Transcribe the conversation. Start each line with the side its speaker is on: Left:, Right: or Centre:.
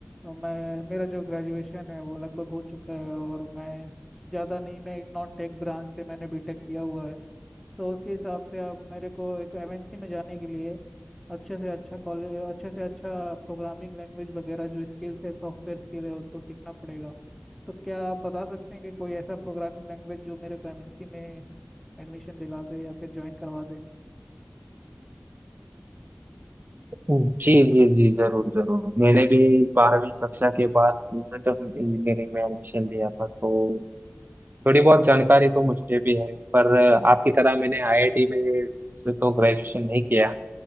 Centre: अ, मैं मेरा जो ग्रेजुएशन है वो लगभग हो चुका है और मैं ज़्यादा नहीं मैं एक नॉन टेक ब्रांच से मैंने बीटेक किया हुआ है तो उसके हिसाब से आप मेरे को एक एमएनसी में जाने के लिए अच्छे से अच्छा कॉलेज अच्छे से अच्छा प्रोग्रामिंग लैंग्वेज वगैरह जो स्किल्स है सॉफ्टवेयर स्किल है उसको सीखना पड़ेगा तो क्या आप बता सकते हैं कि कोई ऐसा प्रोग्रामिंग लैंग्वेज जो मेरे को एमएनसी में एडमिशन दिला दे या फिर ज्वाइन करवा दे
Right: जी जी जी जरूर जरूर मैंने भी बारहवीं कक्षा के बाद कंप्यूटर इंजीनियरिंग में एडमिशन लिया था तो थोड़ी बहुत जानकारी तो मुझे भी है पर आपकी तरह मैंने आईआईटी में से तो ग्रेजुएशन नहीं किया